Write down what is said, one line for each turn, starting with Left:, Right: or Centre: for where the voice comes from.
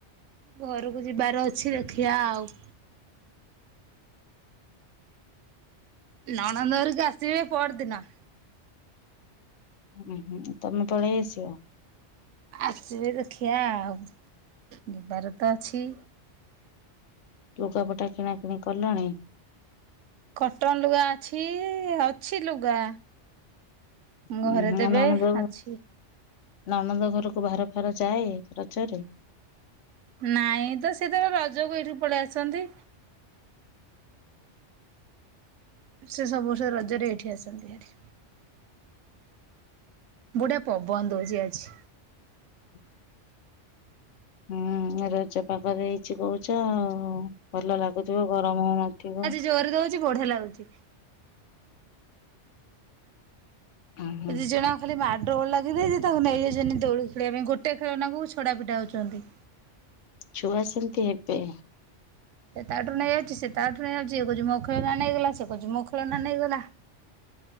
Right: ଘରକୁ ଯିବାର ଅଛି ଦେଖିଆ ଆଉ। ନଣନ୍ଦ ହେରିକା ଆସିବେ ପର ଦିନ।
Left: ହୁଁ ହୁଁ ତମେ ପଳେଇ ଆସିବ।
Right: ଆସିବେ ଦେଖିିଆ ଆଉ ଯିବାର ତ ଅଛି।
Left: ଲୁଗାପଟା କିଣା କିିଣି କଲଣି।
Right: କଟନ ଲୁଗା ଅଛି ଅଛି ଲୁଗା। ଘରେ
Left: ଉଁ ହୁଁ
Right: ଦେବେ
Left: ନଣନ୍ଦ ଘ
Right: ଅଛି।
Left: ନଣନ୍ଦ ଘରକୁ ଭାର ଫାର ଯାଏ ରଜରେ।
Right: ନାଇଁ ତ ସେ ତ ରଜକୁ ଏଇଠି ପଳେଇ ଆସନ୍ତି। ସେ ସବୁ ବର୍ଷ ରଜରେ ଏଇଠି ଆସନ୍ତି ହାରି। ଗୋଟେଆ ପବନ ଦଉଛି ଆଜି।
Left: <unintelligible> ହୁଁ ରଜ ପାଗ ଦେଇଛି କହୁଛ ଆଉ। ଭଲ ଲାଗୁଥିବ ଗରମ ହଉନଥିବ।
Right: ଜୋରେ ଦଉଛି ବଢିଆ ଲାଗୁଛି।
Left: ଉଁ ହୁଁ
Right: ଏ ଦି ଜଣ ଖାଲି ମାଡୋଗଳ ଲାଗିଯାଇଛି ତାକୁ ନେଇଯାଇଛନ୍ତି ଦଉଳି ଖେିବା ପାଇଁ ଗୋଟେ ଖେଳନାଙ୍କୁ ଛଡ଼ା ପିଟା ହେଉଛନ୍ତି।
Left: ଛୁଆ ସେମିତି ହେବେ।
Right: ସେ ତାଠୁ ରୁ ନେଇଯାଉଛି ସେ ତାଠୁ ନେଇଯାଉଛି ଏ କହୁଚି ମୋ ଖେଳନା ନେଇଗଲା ସେ କୋଚି ମୋ ଖେଳନା ନେଇଗଲା।